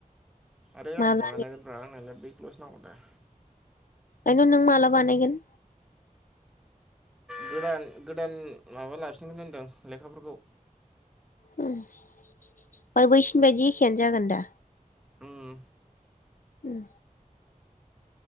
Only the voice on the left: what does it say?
मालानि
ओंखायथ नों माला बानायगोन?
ओ ओमफ्राय बैसिनि बायदि एखेयानो जागोन दा?
उम।